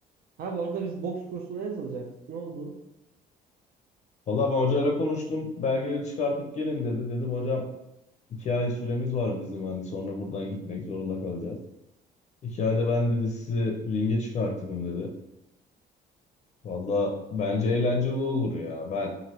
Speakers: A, on the right; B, on the left.
A: Ha bu arada biz boks kursuna yazılacaktık. Ne oldu?
B: Valla ben hocayla konuştum. Belgeleri çıkartıp gelin dedi. Dedim hocam iki ay süremiz var bizim hani sonra buradan gitmek zorunda kalacağız. Hikayede ben dedi sizi ringe çıkartırım dedi. Valla bence eğlenceli olur ya. Ben